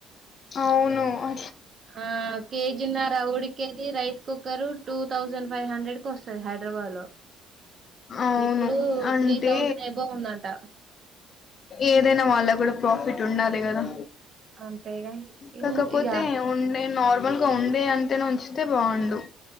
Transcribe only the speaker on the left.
అవును అ
అవును.
అంటే
ఏదైనా వాళ్ళ కూడా ప్రాఫిట్ ఉండాలి కదా.
కాకపోతే
ఉండే నార్మల్ గా ఉండే అంతేనే ఉంచితే బాండు.